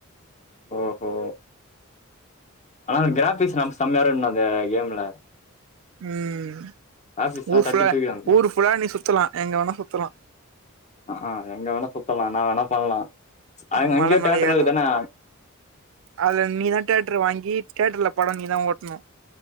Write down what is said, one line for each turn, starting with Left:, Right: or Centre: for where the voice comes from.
Left: ஓஹோ ஆனா கிராபிக்ஸ் நம்ம செம்மாரும்ன அது கேம்ல
Right: உம்
Left: கிராபிக்ஸ்லா
Right: ஊர்
Left: தட்டி
Right: ஃபுல்லா
Left: தூக்கிடு அந்த கேம்
Right: ஊர் ஃபுல்லா நீ சுத்தலா எங்க வேணா சுத்தலா
Left: ஹ ஆஹ் எங்க வேணா சுத்தல என்ன வேணா பண்லா அ
Right: ம்
Left: அங்க
Right: மல மேல
Left: தேட்டர்லா
Right: ஏறலா
Left: இருகுதானே
Right: அதுல நீதா தேயேட்டர் வாங்கி தேட்டர்ல பட நீ தா ஓட்ணு